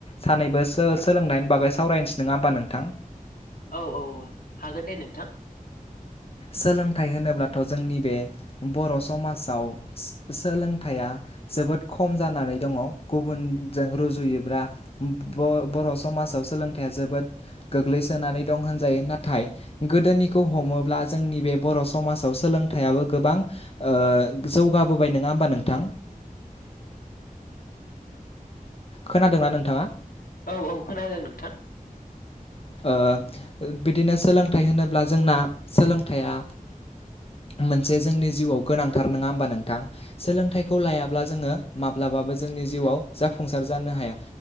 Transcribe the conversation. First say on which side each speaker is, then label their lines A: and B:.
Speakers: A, on the left; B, on the left.
A: सानैबो सोलों- सोलोंनायनि बागै सावरायनोसै नङा होमबा नोंथां?
B: औ औ हागोन दे नोंथां।
A: सोलोंथाइ होनोब्लाथ' जोंनि बे बर' समाजाव सोलों- सोलोंथाइया जोबोद खम जानानै दङ गुबुनजों रुजुयोब्ला बर' बर' समाज समाजाव सोलोंथाइया जोबोद गोग्लैसोनानै दं होनजायो। नाथाय गोदोनिखौ हमोब्ला जोंनि बे बर' समाजाव सोलोंथाइयाबो गोबां ओ जौगाबोबाय नङा होमबा नोंथां? <unintelligible> खोनादोंना नोंथाङा?
B: औ औ खोनादों नोंथां।
A: ओ बिदिनो सोलोंथाइ होनोब्ला जोंना सोलोंथाइया मोनसे जोंनि जिउआव गोनांथार नङा होमबा नोंथां सोलोंथाइखौ लायाब्ला जोङो माब्ला जोंनि जिउआव जाफुंसार जानो हाया।